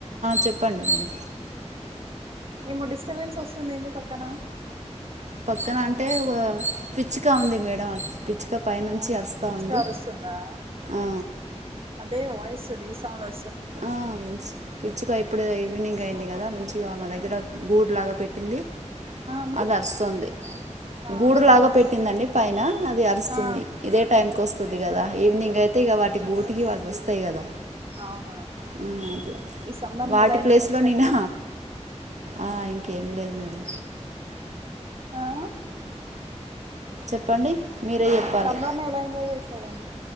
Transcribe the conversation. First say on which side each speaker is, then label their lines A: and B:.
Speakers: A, on the right; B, on the right.
A: చెప్పండి మేడం
B: ఏమో డిస్టర్బెన్స్ వస్తుందిడి పక్కన
A: పక్కన అంటే ఓ పిచ్చుక ఉంది మేడం అట్ పి పచ్చగా పై నుంచి
B: అవునా
A: అరుస్తా
B: పిచ్చిక
A: ఉంది
B: అరుస్తుందా
A: ఆ
B: దే వయిస్ రీసౌండ్ వ
A: ఆన్స్ పిచ్చుగా ఇప్పుడ దా ఈవినింగ్ అయింది కదా మంచిగా మా దగ్గర గూడులాగా పెట్టింది
B: ఆ అండి
A: అదిరుస్తుంది
B: ఆహా
A: గూడులాగా పెట్టిందండి పైన అది అరుస్తుంది
B: ఆ
A: ఇదే టైం వస్తుంది కదా ఈవినిగైతే ఇగా వాటి గూటికి వాట వస్తాయి కదా
B: అవునా
A: ఆ, అట్లా
B: ఈ సమ్మర్ని
A: వాటి
B: ఎలా ఎంజాయ్
A: ప్లేస్లో
B: చేశారంండి
A: నేనా ఆ ఇంకేం లేదు మడి
B: ఆహా
A: చెప్పండి మీరే చెప్పాలి
B: సంబర్ని ఎలా ఎంజాయ్ చేశారండి